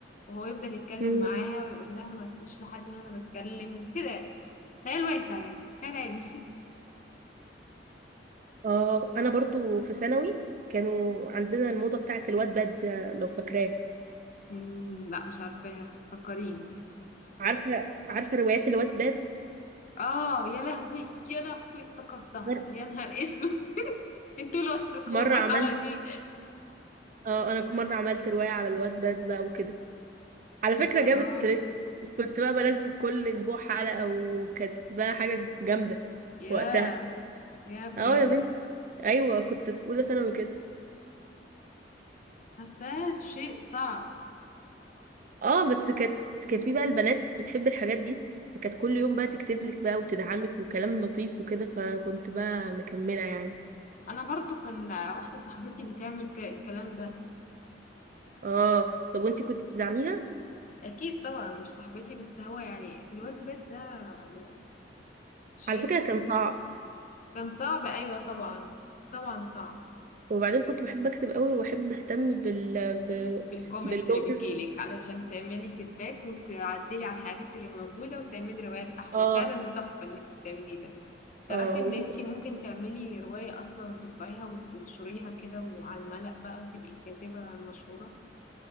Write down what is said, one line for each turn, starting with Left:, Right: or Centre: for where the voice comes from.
Left: وهو يفضل يتكلم
Right: مم.
Left: معاها ويقول لها ما تقوليش لحد إن أنا بتكلم وكده خيال واسع يعني خيال علمي
Right: اه انا برضو في ثانوي كانوا عندنا الموضة بتاعت الواد باد لو فاكراه
Left: مم. لا مش عارفاها فكريني
Right: عارفة عارفة روايات الواتباد باد.
Left: اه يا لهوي يا لهوي افتكرتها
Right: مر...
Left: يا نهار اسود <laughs> انتوا اللي وصلكم
Right: مرة
Left: المرحلة
Right: عملت
Left: دي
Right: اه انا مرة عملت رواية على الواتباد باد بقى وكده على فكرة
Left: يا خرابي
Right: جابت تريت كنت بقى بنزل كل اسبوع حلقة وكانت بقى حاجة جامدة
Left: يا
Right: وقتها
Left: يا بجد
Right: اه يا بنت ايوه كنت في اولى ثانوي كده
Left: حاساه شيء صعب
Right: اه بس كانت كان في بقى البنات بتحب الحاجات دي فكانت كل يوم بقى تكتب لك بقى وتدعمك وكلام لطيف وكده فكنت بقى مكملة يعني
Left: انا برضو كان واحدة صاحبتي بتعمل ك- الكلام ده
Right: اه طب وانتي كنت بتدعميها
Left: اكيد طبعا مش صاحبتي بس هو يعني الواد بيت ده يعني شيء
Right: على فكرة كان صعب
Left: كان صعب ايوه طبعا طبعا صعب
Right: وبعدين كنت بحب اكتب قوي واحب اهتم بال ب...
Left: بالكومنت
Right: باللغه
Left: اللي بتجيلك علشان تعملي فيدباك وتعدلي على الحاجات اللي موجودة وتعملي روايات أحلى
Right: اه
Left: فعلا تحفة اللي انت بتعمليه ده تعرفي
Right: اه وكنت
Left: ان انت ممكن تعملي رواية أصلا وتطبعيها وتنشريها كده وعلى الملأ بقى وتبقي الكاتبة المشهورة